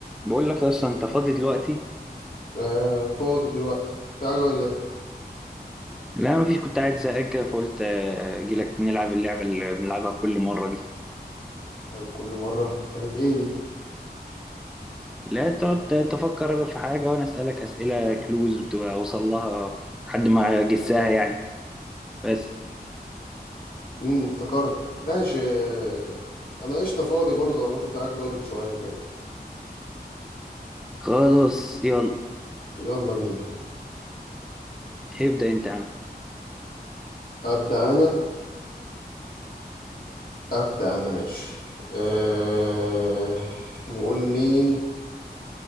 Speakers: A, in the centre; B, on the left.
A: بقول لك يا اسطى انت فاضي دلوقتي
B: آه فاضي دلوقتي في حاجة ولا ايه؟
A: لا مفيش كنت قاعد زهقان كده فقلت آه، اجي لك نلعب اللعبه اللي بنلعبها كل مره دي
B: أيوة كل مرة كانت ايه دي؟
A: لا تقعد تفكر في حاجه وانا اسالك اسئله كلوز اوصل لها لحد ما اجسها يعني بس
B: امم افتكرت ماشي آه، انا قشطة فاضي برضه والله كنت قاعد جاضد شوية كده
A: خلاص يلا
B: يلا بينا
A: ابدا انت يا عم
B: أبدأ أنا أبدأ أنا ماشي أه... نقول مين